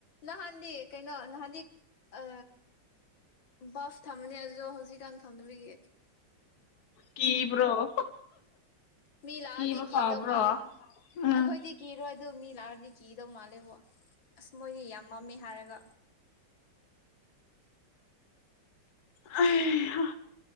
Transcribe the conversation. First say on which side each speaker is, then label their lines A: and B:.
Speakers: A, on the left (about 80°); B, on the left (about 60°).
A: ꯅꯍꯥꯟꯗꯤ ꯀꯩꯅꯣ ꯅꯍꯥꯟꯗꯤ ꯑ ꯕꯥꯞ ꯊꯝꯃꯅꯦ ꯑꯗꯣ ꯍꯧꯖꯤꯛꯀꯥꯟ ꯊꯝꯗꯕꯒꯤ
B: ꯀꯤꯕ꯭ꯔꯣ <inaudible>
A: ꯃꯤ ꯂꯥꯑꯗꯤ
B: ꯀꯤꯕ
A: ꯀꯤꯗꯧ
B: ꯐꯕ꯭ꯔꯣ
A: ꯃꯥꯂꯦ
B: ꯎꯝ
A: ꯑꯩꯈꯣꯏꯗꯤ ꯀꯤꯔꯣꯏ ꯑꯗꯨ ꯃꯤ ꯂꯥꯛꯑꯗꯤ ꯀꯤꯗꯧ ꯃꯥꯜꯂꯦꯕꯣ ꯑꯁ ꯃꯣꯏꯗꯤ ꯌꯥꯝ ꯃꯝꯃꯦ ꯍꯥꯏꯔꯒ
B: <unintelligible> ꯑꯩꯍꯥ